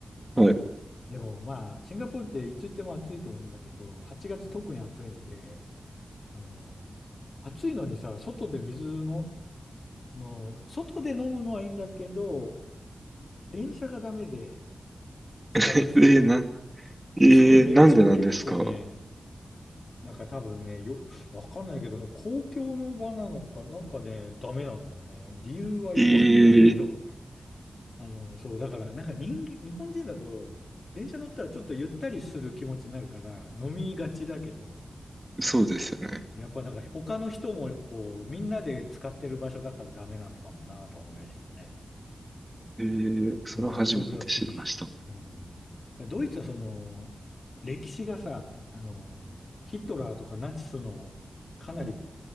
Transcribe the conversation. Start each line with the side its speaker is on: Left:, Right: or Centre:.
Right: あ、はい。
Left: でも、まあ、シンガポールっていつ行っても暑いと思うんだけど、8月特に暑いんで、あの、暑いのにさ、外で水の、の、外で飲むのはいいんだけど、電車がダメで、地下鉄とか。
Right: えー、なん、えーなんでなんですか
Left: それめっちゃ結構ね、なんか多分ね、よ、わかんないけど、その公共の場なのか、なんかね、ダメなのよね。理由はよくわかんないけど、
Right: えー
Left: <laughs> あの、そう、だから、なんか人間、日本人だと、電車乗ったらちょっとゆったりする気持ちになるから、飲みがちだけど、
Right: そうですよね。
Left: やっぱなんか他の人も、こう、みんなで使ってる場所だからダメなのかもなとは思いましたけどね。
Right: えーそれは初めて知りました。
Left: いや、それは厳しい。うん。ドイツはその、歴史がさ、あの、ヒトラーとかナチスの、かなり、